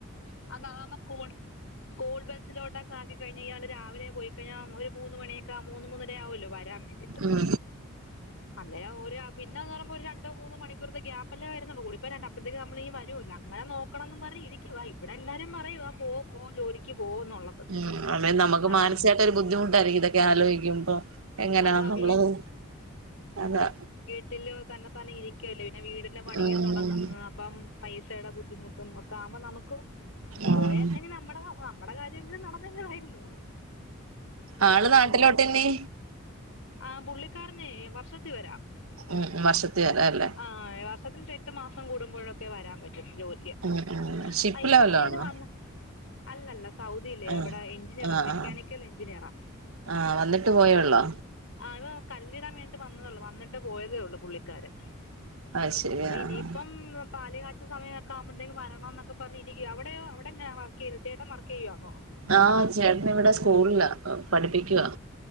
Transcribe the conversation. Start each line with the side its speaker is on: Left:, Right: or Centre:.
Left: അതാവുമ്പോ സ്കൂൾ സ്കൂൾ ബസ്സിലോട്ടക്കാക്കി കഴിഞ്ഞയ് ഞ്ഞാൽ രാവിലെ പോയി കഴിഞ്ഞൽ ഒരു മൂന്ന് മണിയൊക്കെ മൂന്ന് മൂന്നര ആവല്ലോ വരാൻ വേണ്ടിട്ട്
Right: ഉം
Left: അന്നേരം ഓര് ആ പിന്നെന്ന് പറയുമ്പോ ഒരു രണ്ടോ മൂന്നോ മണിക്കൂർത്തെ ഗ്യാപ്പ് പ്പല്ലേ വരുന്നുള്ളൂ കൂടിപ്പോയ രണ്ട് അപ്പഴ്ത്തേനും നമ്മളീങ്ങ് വരുവല്ലോ അങ്ങനെ നോക്കണം ന്നും പറഞ് ഇരിക്കുവായി. ഇവിടെ എല്ലാരും പറയുവ ആ പോ പോ ജോലിക്ക് പോന്നുള്ളത്
Right: ഉം അതേ നമുക്ക്
Left: ആഹ്
Right: മാനസികായിട്ട് ഒരു ബുദ്ധിമുട്ടായിരിക്കും ഇതൊക്കെ ആലോചിക്കുമ്പൊ. എങ്ങനാന്നുള്ളത്
Left: അതാ വീ
Right: അതാ.
Left: ട്ടിന്നുവേ തന്നെ താനെ ഇരിക്കുവല്ലെ പിന്നെ വീടിന്റെ പണിയും
Right: ഉം
Left: തുടങ്ങുന്ന ഇപ്പം പൈസയുടെ ബുദ്ധിമുട്ടും ഒക്കെ ആമ്പോ നമുക്കും
Right: ഉം
Left: പോയാരുന്നെങ്കി നമ്മുടെ ആഹ്. നമ്മടെ കാര്യം ഒക്കെ ഇത് നടന്നതായിരുന്നു.
Right: ആള് നാട്ടിലോട്ട് ന്നെ.
Left: ആഹ് പുള്ളിക്കാരനെ വർഷത്തി വരാം.
Right: ഉം വർഷത്തി വരാ അല്ലേ?
Left: ആഹ് ആഹ് വർഷത്തി എട്ട് മാസം കൂടുമ്പോഴൊക്കെ വരാൻ പറ്റുന്ന ജോലി.
Right: ഉം ഉം ഷിപ്പില
Left: ആഹ് ഇപ്പൊ
Right: വല്ലോ
Left: ലീവിന്
Right: ആണോ
Left: വന്ന അല്ല അല്ല സൗദി ഇല്ലേ
Right: ആഹ്
Left: അവിടെ എഞ്ചിനീയറ
Right: ആഹ്
Left: മെക്കാനിക്കൽ
Right: ആഹ്
Left: എഞ്ചിനീയറാ.
Right: ആഹ് വന്നിട്ട് പോയെ ഒള്ളോ?
Left: ആഹ് അത് കല്ലിടാൻ വേണ്ടിട്ട് വന്നതേ ഒള്ളൂ വന്നിട്ട് പോയതേ ഉള്ളൂ പുള്ളിക്കാരൻ.
Right: അത് ശരി
Left: അപ്പൊ
Right: ആഹ്
Left: ഇനിയിപ്പം പാല കാ സമയൊക്കെ ആമ്പോത്തെക്കും വരണം എന്നൊക്ക പറഞ് ഇരിക്കുവ അവിടെയോ അവിടെ എങ്ങന വർക്ക്‌ ചെയ്ത് ചേട്ടൻ വർക്കെയ്യുവാന്നോ?
Right: ആഹ് ചേട്ടനിവിടെ സ്കൂളില പഠിപ്പിക്കുവ.